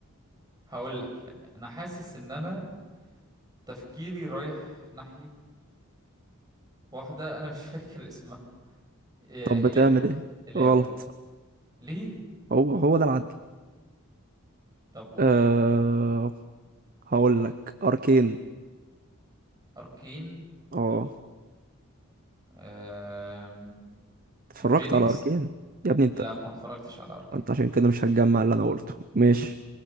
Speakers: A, on the right; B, on the right.
A: هقول لك يعني انا حاسس ان انا تفكيري رايح ناحيه واحده انا مش <laughs> فاكر اسمها آه،
B: طب
A: إلاوي
B: بتعمل ايه
A: إلاوي
B: غلط
A: ليه
B: هو هو ده العدل
A: طب قول
B: أه
A: حاجه تانية
B: هقول لك اركين
A: اركين
B: اه
A: آه
B: اتفرجت
A: جينكس
B: على اركين يا ابني انت
A: لا ما اتفرجتش على اركين
B: انت عشان كده مش هتجمع اللي انا قلته ماشي